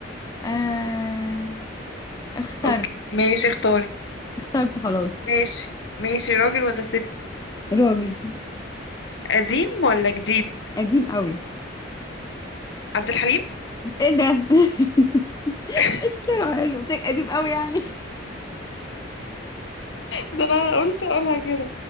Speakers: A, on the left; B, on the left.
A: آه... اخترت
B: اوكي ماشي اختاري
A: اخترت خلاص
B: ماشي ماشي راجل ولا ست
A: راجل
B: قديم ولا جديد
A: قديم قوي
B: عبد الحليم
A: ايه ده <laughs>
B: <laughs>
A: طلع حلو قلت لك قديم قوي يعني
B: ده انا قلت اقولها كده